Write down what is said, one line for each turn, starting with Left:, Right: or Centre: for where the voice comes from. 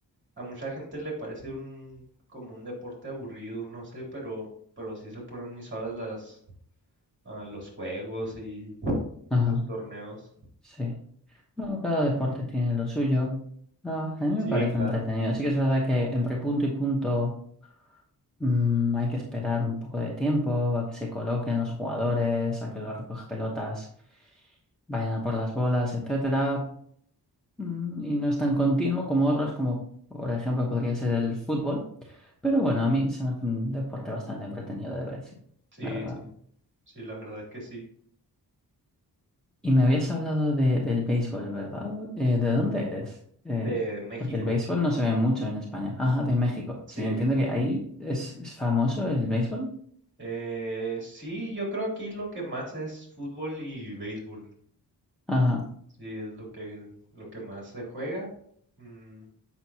Right: a mucha gente le parece un como un deporte aburrido, no sé, pero pero sí se ponen muy suaves las ah, los juegos y
Centre: Ajá,
Right: los torneos.
Centre: sí. No, cada deporte tiene lo suyo. Ah, a mí
Right: Sí,
Centre: me parece
Right: claro.
Centre: entretenido. Sí que es verdad que entre punto y punto mm, hay que esperar un poco de tiempo a que se coloquen los jugadores, a que los recoge pelotas vayan a por las bolas, etcétera. Mm, y no es tan continuo como otros, como por ejemplo podría ser el fútbol. Pero bueno, a mí se me hace un deporte bastante entretenido de ver, sí,
Right: Sí,
Centre: la verdad.
Right: sí. Sí, la verdad es que sí.
Centre: Y me habías hablado de, del béisbol, ¿verdad? Eh, ¿de dónde eres? Eh,
Right: De México.
Centre: porque el béisbol no se ve mucho en España. Ajá, de México.
Right: Sí.
Centre: Sí, entiendo que ahí es, es famoso el béisbol.
Right: Eh, sí, yo creo aquí lo que más es fútbol y béisbol.
Centre: Ajá.
Right: Sí, es lo que lo que más se juega. Mm,